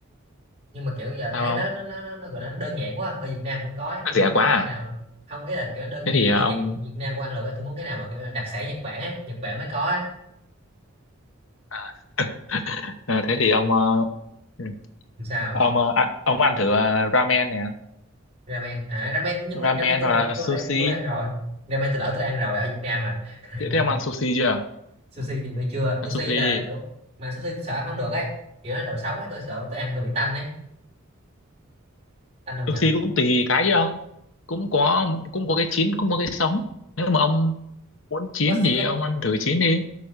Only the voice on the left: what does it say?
sao
không
rẻ
quá à
thế
thì ờ,
ông
à, ờ, thế thì ông ờ, ừ,
ông ờ, ăn- ông ăn thử ờ, ramen nè
ramen
hoặc
là
sushi
thế, thế ông ăn sushi chưa
ăn sushi
đi
sushi
cũng tùy cái chứ ông cũng có cũng có cái chín cũng có cái sống nếu mà ông muốn chín
thì
ông ăn thử chín đi